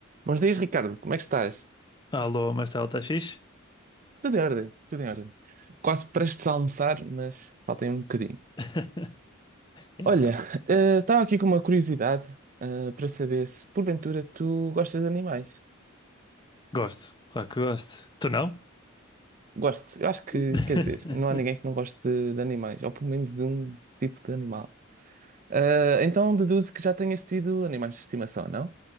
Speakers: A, on the right (about 40°); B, on the left (about 20°).
A: Bons dias, Ricardo. Como é que estás?
B: Alô, Marcelo, tá fixe?
A: Tudo em ordem, tudo em ordem. Quase prestes a almoçar, mas faltem um bocadinho.
B: <laughs> Então.
A: Olha, eh, estava aqui com uma curiosidade, eh, para saber se porventura tu gostas de animais.
B: Gosto, claro que gosto. Tu não?
A: Gosto, eu acho que,
B: <laughs>
A: quer dizer, não há ninguém que não goste de, de animais, ou pelo menos de um tipo de animal. Eh, então deduzo que já tenhas tido animais de estimação, não?